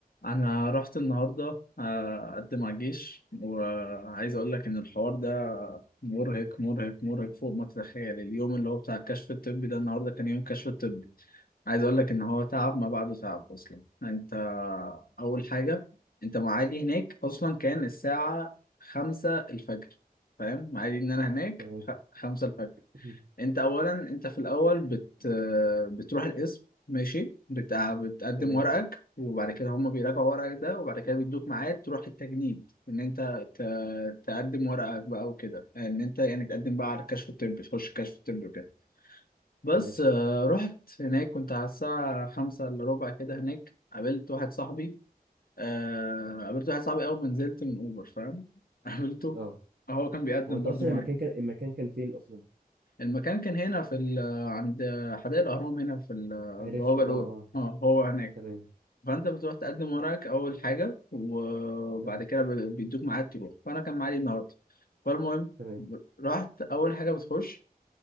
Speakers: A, on the left; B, on the right.
A: انا رحت النهارده آه، اقدم على الجيش وعايز اقول لك ان الحوار ده مرهق مرهق مرهق فوق ما تتخيل اليوم اللي هو بتاع الكشف الطبي ده النهارده كان يوم كشف الطبي عايز اقول لك ان هو تعب ما بعده تعب اصلا انت اول حاجه انت معادي هناك اصلا كان الساعه خمسة الفجر فاهم معادي ان انا هناك
B: تمام
A: خ- خمسة الفجر
B: <clears throat>
A: انت اولا انت في الاول بت بتروح القسم ماشي بت... بتقدم
B: تمام
A: ورقك وبعد كده هم بيراجعوا ورقك ده وبعد كده بيدوك ميعاد تروح التجنيد ان انت ت... تقدم ورقك بقى وكده ان انت يعني تقدم بقى على الكشف الطبي تخش الكشف الطبي وكده بس
B: تمام
A: آه، رحت هناك كنت على الساعة خمسة الا ربع كده هناك قابلت واحد صاحبي آه... قابلت واحد صاحبي اول ما نزلت من اوبر فاهم <laughs> قابلته
B: اه
A: هو كان بيقدم
B: هو انت
A: برضه
B: اصلا
A: معايا
B: المكان كان المكان كان فين اصلا
A: المكان كان هنا في ال... عند حدائق الأهرام هنا في البوابة
B: عرفت اه
A: الأولى
B: اه
A: اه هو هناك
B: تمام
A: فأنت بتروح تقدم ورقك أول حاجة وبعد
B: تمام
A: كده بي- بيدوك ميعاد تروح فأنا كان معادي النهاردة فالمهم
B: تمام
A: رحت أول حاجة بتخش